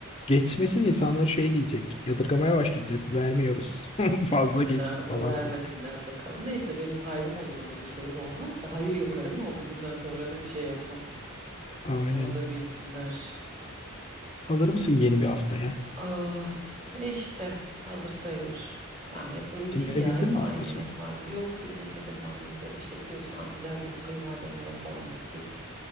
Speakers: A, on the left; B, on the right.
A: geçmesin insanlar şey diyecek. Yadırgamaya başlayacak. Vermiyoruz. <laughs> Fazla geçti
B: ha
A: falan
B: Bir vermesinler
A: diye.
B: bakalım. Neyse benim hayrım olur onu bir sorun olmaz da hayır yaparım ama bugünden sonra da bir şey yapmam.
A: Aynen.
B: Onu da bilsinler.
A: Hazır mısın yeni bir haftaya?
B: Ah, e işte hazır sayılır. Yani hep rutin
A: Dinlenebildin
B: ya hep
A: mi hafta
B: aynı
A: sonu?
B: hep aynı. Yok dinlemedim maalesef. İşte biliyorsun anneler günü kayınvalidemlere falan gittik.